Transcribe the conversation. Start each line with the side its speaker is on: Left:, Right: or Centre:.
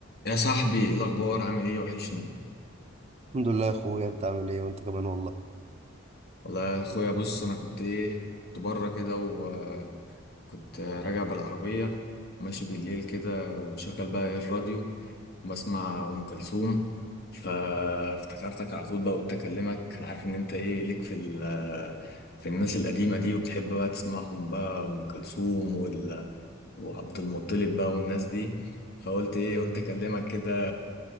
Left: يا صاحبي ايه الاخبار عامل ايه وحشني
Right: الحمد لله يا اخويا انت عامل ايه وانت كمان والله
Left: والله يا اخويا بص انا كنت ايه كنت بره كده وكنت راجع بالعربيه ماشي بالليل كده ومشغل بقى ايه الراديو وبسمع ام كلثوم فافتكرتك على طول بقى قلت اكلمك انا عارف ان انت ايه ليك في ال- في الناس القديمه دي وبتحب بقى تسمعهم بقى ام كلثوم وال... وعبد المطلب بقى والناس دي فقلت ايه قلت اكلمك كده